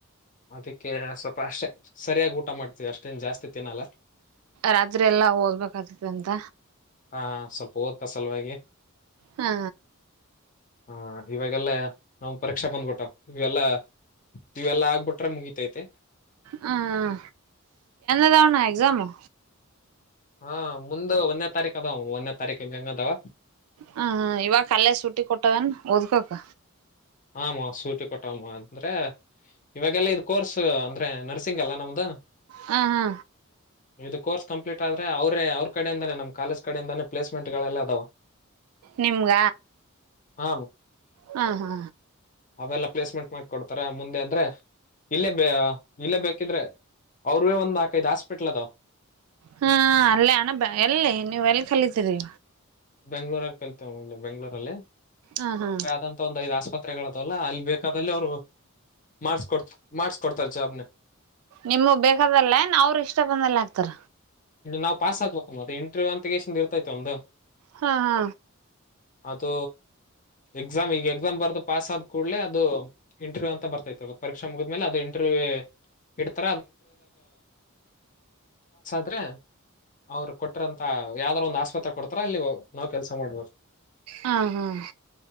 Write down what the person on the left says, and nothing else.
ಅದಕ್ಕೆ ಸ್ವಲ್ಪ ಅಷ್ಟೇ ಸರಿಯಾಗಿ ಊಟ ಮಾಡ್ತೀವಿ ಅಷ್ಟೇನ್ ಜಾಸ್ತಿ ತಿನ್ನಲ್ಲ
ಹಾ ಸ್ವಲ್ಪ ಓದ್ತಾ ಸಲುವಾಗಿ
ಹ ಇವಾಗೆಲ್ಲ ನಾವು ಪರೀಕ್ಷಾ ಬಂದ್ಬಿಟ್ಟಾವ ಇವೆಲ್ಲ ಇವೆಲ್ಲಾ ಆಗ್ಬಿಟ್ಟ ಹ ಮುಗಿತೈತೆ
ಹಾ ಮುಂದ ಒಂದನೇ ತಾರೀಕ ಅದ ಒಂದನೇ ತಾರೀಕ ಹ ಹೆಂಗದಾವ
ಆಮ್ಮ ಸೂಟಿ ಕೊಟ್ಟಮ್ಮ ಅಂದ್ರೆ ಇವಾಗೆಲ್ಲಾ ಇದ್ ಕೋರ್ಸ್ ಅಂದ್ರೆ ನರ್ಸಿಂಗ್ ಅಲ್ಲಾ ನಮ್ದ
ಇದು ಕೋರ್ಸ್ ಕಂಪ್ಲೀಟ್ ಆದ್ರ ಅವ್ರೇ ಅವ್ರ ಕಡೆಯಿಂದಾನೇ ನಮ್ಮ ಕಾಲಜ್ ಕಡೆಯಿಂದಾನ ಪ್ಲೇಸ್ಮೆಂಟ್ ಗಳಲ್ಲ ಅದಾವ
ಹಾ
ಅವೆಲ್ಲ ಪ್ಲೇಸ್ಮೆಂಟ್ ಮಾಡಕೊಡ್ತಾರ ಮುಂದೆ ಅಂದ್ರೆ ಇಲ್ಲೇ ಬ ಇಲ್ಲೇ ಬೇಕಿದ್ರೆ ಅವ್ರೇ ಒಂದು ನಾಕೈದು ಹಸ್ಪಟ್ಲ್ದ
ಬೆಂಗ್ಗಳೂರ ಕಲ್ತೇವೆ ಬೆಗಳೂರಲ್ಲಿ
ಅವಂತ ಒಂದ ಐದ್ ಆಸ್ಪತ್ರೆಗಳ ತಲ್ಲಾ ಅಲ್ಲಿ ಬೇಕಾದಲ್ಲಿ ಅವ್ರು ಮಾಡಸ್ಕೊಡ್ತ ಮಾಡಸ್ಕೊಡ್ತಾರಸಬ್ನ
ನಾ ಪಸ್ಕ್ಬೇಕ ಮತ್ತೆ ಇಂಟರ್ವ್ಯವ ಅಂತಗೇಶ ಇರ್ತೈತೆವ ಒಂದು
ಅದು ಎಕ್ಸಾಮ್ ಈಗ ಎಕ್ಸಾಮ್ ಬರ್ದು ಪಾಸ್ ಆದ್ ಕೂಲ ಅದು ಇಂಟರ್ ಅಂತ ಬರ್ತೈತೆತ ಪರೀಕ್ಷೆ ಮುಗಿದ್ಮೇಲೆ ಅದು ಇಂಟರ್ವ್ಯೂ ಇಂಟ <unintelligible> ಅವ್ರು ಕೊಟರಂತ ಯಾವ್ದಾರ ಒಂದ್ ಆಸ್ಪತ್ರೆ ಕೊಡ್ತಾರ ಅಲ್ಲಿ ನಾವ್ ಕೆಲ್ಸ ಮಾಡ್ಬೇಕ